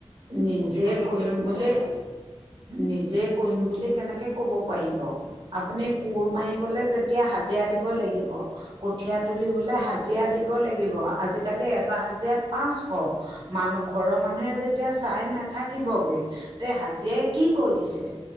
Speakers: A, on the right; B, on the left.
A: নিজে
B: প্ৰতিপাল নকৰিলে
A: কৰিম
B: ক'ৰপা
A: বোলে,
B: কাম হ'ব
A: নিজে কৰিম বুলি কেনেকে কব পাৰিব, আপুনি কোৰ মাৰিবলে যেত তিয়া হাজিৰা দিব লাগিব। কঠীয়া তুলিবলে হাজিৰা দিব লাগিব। আজিকালি এটা হাজিৰাত পাঁচশ। মানুহ ঘৰৰ মানুহে যেত তিয়া চাই নাথাকিবগে, তে হাজিৰাই কি কৰিছে,